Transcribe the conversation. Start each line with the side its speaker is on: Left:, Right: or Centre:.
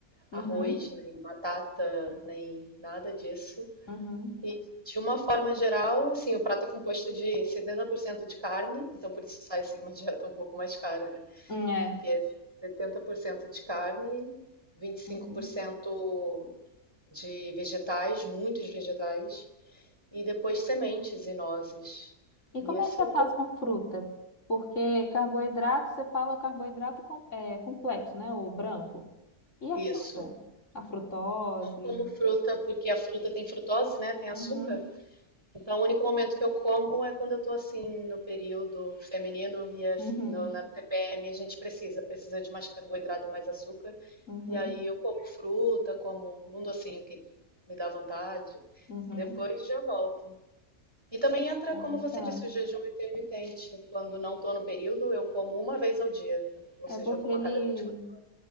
Left: uhum,
Right: arroz, nem batata, nem nada disso.
Left: uhum.
Right: E de uma forma geral, assim, o prato é composto de 70% de carne, então por isso sai assim uma <laughs> dieta um pouco mais cara, né?
Left: Hum, É.
Right: Porque é 70% de carne, 25%
Left: Uhum.
Right: de vegetais, muitos vegetais, e depois sementes e nozes.
Left: E
Right: E
Left: como
Right: esse
Left: é que você
Right: é o que
Left: faz
Right: eu
Left: com fruta? Porque carboidrato, você fala carboidrato com, é, complexo, né? O branco. E a
Right: isso.
Left: fruta? A frutose?
Right: Como fruta, porque a fruta tem frutose, né? Tem açúcar.
Left: Uhum,
Right: Então, o único momento que eu como é quando eu estou assim no período feminino e as-
Left: uhum,
Right: no- na TPM a gente precisa, precisa de mais carboidrato e mais açúcar.
Left: uhum,
Right: E aí eu como fruta, como um docinho que me dá vontade.
Left: uhum.
Right: E Depois já volto. E também entra,
Left: Ah,
Right: como você
Left: tá.
Right: disse, o jejum intermitente. Quando não estou no período, eu como uma vez ao dia. Ou
Left: É
Right: seja,
Left: porque
Right: eu como
Left: ele.
Right: a cada 24.